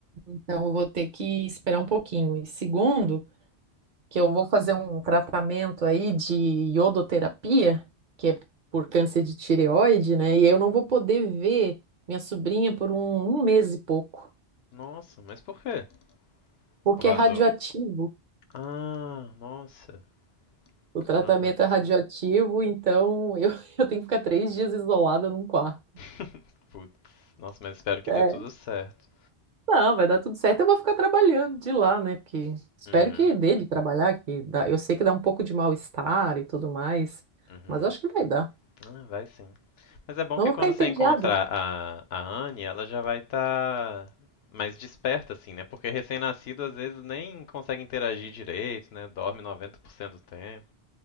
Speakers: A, on the right; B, on the left.
A: então eu vou ter que esperar um pouquinho. E segundo, que eu vou fazer um tratamento aí de iodoterapia, que é por câncer de tireoide, né? E eu não vou poder ver minha sobrinha por um, um mês e pouco,
B: Nossa, mas por quê?
A: porque
B: Por causa
A: é radioativo.
B: do. Ah, nossa.
A: O
B: Caramba.
A: tratamento é radioativo, então eu, <laughs> eu tenho que ficar três dias isolada num quarto.
B: <laughs> Putz. Nossa, mas espero que
A: É,
B: dê tudo certo.
A: Não, vai dar tudo certo. Eu vou ficar trabalhando de lá, né? Porque espero
B: Uhum.
A: que dê de trabalhar, que dá... eu sei que dá um pouco de mal-estar e tudo mais,
B: Uhum.
A: mas acho que vai dar.
B: Ah, vai sim. Mas é bom
A: Não
B: que
A: vou
B: quando
A: ficar entediada.
B: você encontrar a, a Anne, ela já vai estar mais desperta, assim, né? Porque recém-nascido às vezes nem consegue interagir direito, né? Dorme 90% do tempo.